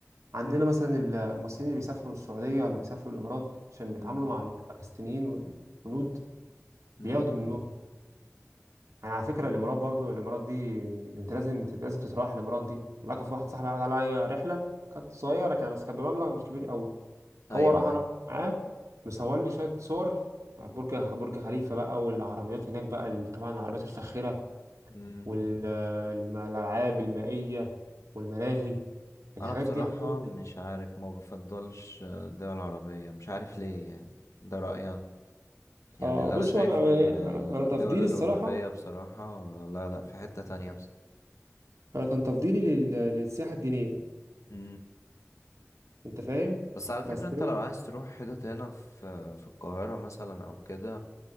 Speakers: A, on the right; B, on the left.
A: عندنا مثلا المصريين اللي بيسافروا السعوديه ولا بيسافروا الامارات عشان بيتعاملوا
B: امم
A: مع الباكستينيين والهنود
B: امم
A: بياخدوا منهم يعني على فكره الامارات برضو الامارات دي انت لازم لازم تتراوح الامارات دي لكن في واحد صاحبي عمل عليا رحله كانت صغيره كده بس كانت بمبلغ مش كبير قوي
B: ايوه
A: هو راح انا
B: ايوه
A: معاه مصور لي شويه صور على برج برج خليفه بقى والعربيات هناك بقى ال- طبعا العربيات الفاخره
B: امم
A: والالعاب المائيه والملاهي الحاجات
B: انا بصراحة
A: دي عندهم
B: مش عارف ما بفضلش دول عربية مش عارف ليه يعني ده رأيي انا يعني
A: اه
B: اللي
A: بص
B: انا شايفه
A: هو انا يعني
B: ان
A: انا
B: الدول
A: أنا تفضيلي
B: الأوروبية
A: الصراحه
B: بصراحة لا لا في حتة تانية
A: انا كان تفضيلي لل- للسياحه الدينيه
B: بس
A: انت فاهم
B: بس على فكرة
A: بس
B: انت
A: ايه
B: لو عايز تروح حتت هنا في في القاهرة مثلا او كده